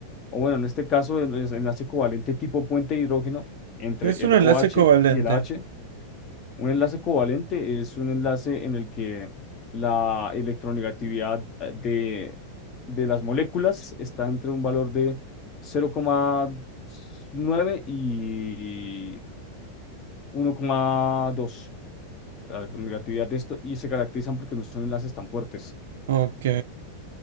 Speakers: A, on the left; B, on the right.
A: o bueno, en este caso, el enlace covalente tipo puente de hidrógeno entre
B: es
A: el
B: un enlace
A: OH
B: covalente?
A: y el H, un enlace covalente es un enlace en el que la electronegatividad eh, de, de las moléculas está entre un valor de cero coma nueve y uno coma dos La electronegatividad de esto y se caracterizan porque no son enlaces tan fuertes
B: Ok.